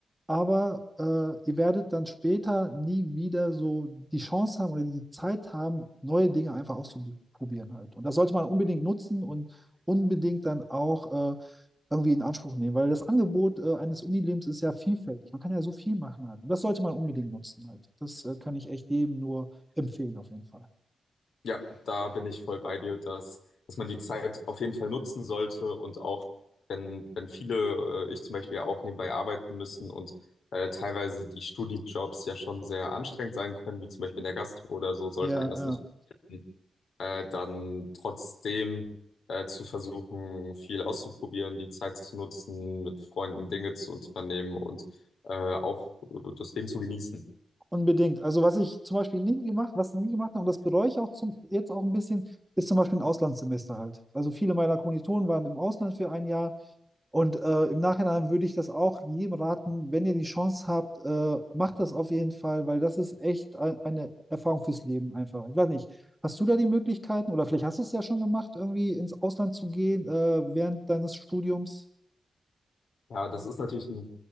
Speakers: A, in the centre; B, on the left.
A: aber äh, ihr werdet dann später nie wieder so die Chance haben oder die Zeit haben, neue Dinge einfach auszuprobieren halt. Und das sollte man unbedingt nutzen und unbedingt dann auch äh, irgendwie in Anspruch nehmen, weil das Angebot äh, eines Unilebens ist ja vielfältig. Man kann ja so viel machen halt. Und das sollte man unbedingt nutzen halt. Das äh, kann ich echt jedem nur empfehlen auf jeden Fall.
B: Ja, da bin ich voll bei dir, dass, dass man die Zeit auf jeden Fall nutzen sollte und auch, wenn, wenn viele, äh, ich zum Beispiel ja auch nebenbei arbeiten müssen und äh, teilweise die Studijobs ja schon sehr anstrengend sein können, wie zum Beispiel in der Gastro oder so, sollte
A: Ja,
B: einen das
A: ja.
B: nicht abhalten, äh, dann trotzdem äh, zu versuchen, viel auszuprobieren, die Zeit zu nutzen, mit Freunden Dinge zu unternehmen und äh, auch äh, das Leben zu genießen.
A: Unbedingt. Also was ich zum Beispiel nie gemacht, was ich nie gemacht habe, und das bereue ich auch zum, jetzt auch ein bisschen, ist zum Beispiel ein Auslandssemester halt. Also viele meiner Kommilitonen waren im Ausland für ein Jahr und äh, im Nachhinein würde ich das auch jedem raten, wenn ihr die Chance habt, äh, macht das auf jeden Fall, weil das ist echt ein, eine Erfahrung fürs Leben einfach. Ich weiß nicht, hast du da die Möglichkeiten oder vielleicht hast du es ja schon gemacht, irgendwie ins Ausland zu gehen äh, während deines Studiums?
B: Ja, das ist natürlich ein